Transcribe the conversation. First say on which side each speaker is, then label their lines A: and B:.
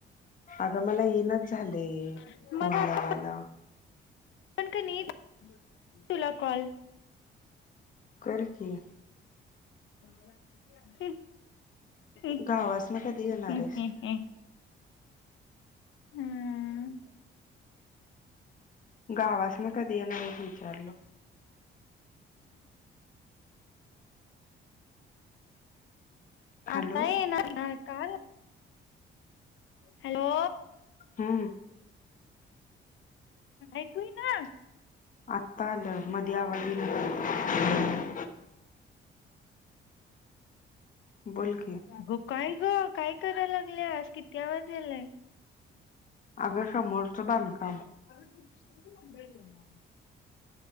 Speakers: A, on the left (about 40°); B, on the left (about 75°).
A: आग मला येईनाच झालय
B: मग
A: फोन लावायला.
B: आता पण कनी तुला कॉल
A: कर की
B: ह् हम् हम्
A: गावासन कधी येणार
B: हम्म
A: आहेस
B: हम्म. हम्म.
A: गावास न कधी येणार आहेत विचारलो हॅलो
B: आता येणार की काल हॅलो
A: हम्म
B: ऐकू येईना.
A: आत्ता आलं मध्ये आवज येईना झालता. बोल की
B: अग काय ग काय कराय लागल्यास किती आवाज यालाय.
A: अगं समोरचं बांधकाम
B: अग तुमची ती मंडळी येणार आहेत.